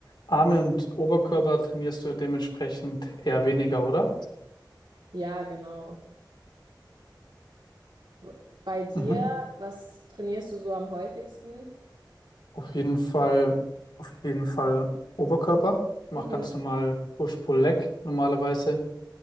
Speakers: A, on the left; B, on the right.
A: Arme und Oberkörper trainierst du dementsprechend eher weniger, oder?
B: Ja, genau. W- Bei dir,
A: Mhm.
B: was trainierst du so am häufigsten?
A: Auf jeden Fall, auf jeden Fall Oberkörper. Ich mache
B: Mhm.
A: ganz normal Push-Pull-Leg normalerweise.